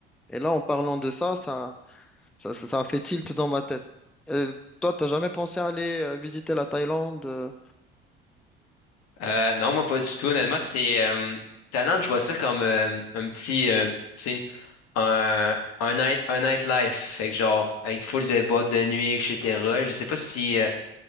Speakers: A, in the centre; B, on the left.
A: Et là, en parlant de ça, ça ça, ça, ça a fait tilt dans ma tête. Euh, toi, t'as jamais pensé à aller euh, visiter la Thaïlande? euh
B: Euh, non, moi pas du tout, honnêtement. C'est euh, Thaïlande, je vois ça comme euh, un petit euh, tu sais, un, un night un nightlife. Fait que genre avec full de boîtes de nuit, et etc. Je sais pas si euh, tu